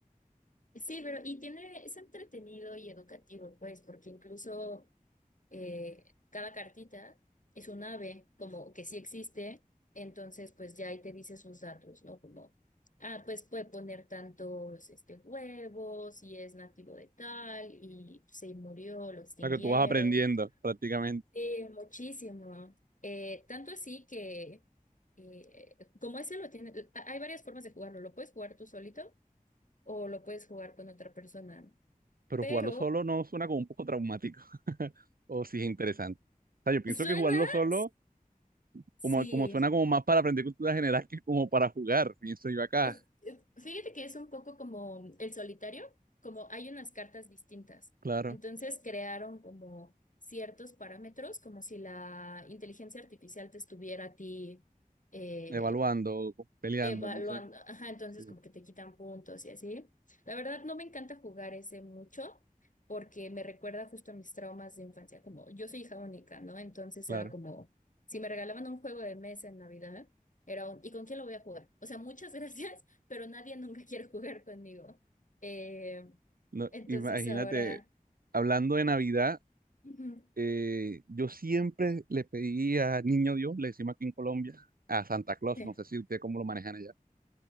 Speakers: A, on the left (about 60°); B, on the right (about 80°).
A: Sí, pero y tiene, es entretenido y educativo, pues, porque incluso eh, cada cartita es un ave, como que sí existe, entonces pues ya ahí te dice sus datos, ¿no? Como, ah, pues puede poner tantos este, huevos y es nativo de tal y se murió, lo extinguieron.
B: sea, que tú vas aprendiendo prácticamente.
A: Sí, muchísimo. Eh, tanto así que, eh, como ese lo tiene, ha- hay varias formas de jugarlo. Lo puedes jugar tú solito o lo puedes jugar con otra persona.
B: Pero
A: Pero
B: jugarlo solo no suena como un poco traumático. <laughs> O sí es interesante. O sea, yo pienso
A: suena,
B: que jugarlo solo
A: sí.
B: como, como suena como más para aprender cultura general que como para jugar, pienso yo acá.
A: Eh, eh, Fíjate que es un poco como el solitario, como hay unas cartas distintas.
B: Claro,
A: Entonces crearon como ciertos parámetros, como si la inteligencia artificial te estuviera a ti. eh,
B: evaluando, peleando,
A: evaluando,
B: no sé.
A: ajá, entonces
B: Sí,
A: como que te quitan puntos y así. La verdad no me encanta jugar ese mucho porque me recuerda justo a mis traumas de infancia, como yo soy hija única, ¿no? Entonces
B: claro.
A: era como, si me regalaban un juego de mesa en Navidad, era un, ¿y con quién lo voy a jugar? O sea, muchas <laughs> gracias, pero nadie nunca quiere jugar conmigo. Eh,
B: No,
A: entonces
B: imagínate,
A: ahora,
B: hablando de Navidad,
A: ujú,
B: eh, yo siempre le pedí a Niño Dios, le decimos aquí en Colombia, a Santa Claus,
A: sí.
B: no sé si usted cómo lo manejan allá.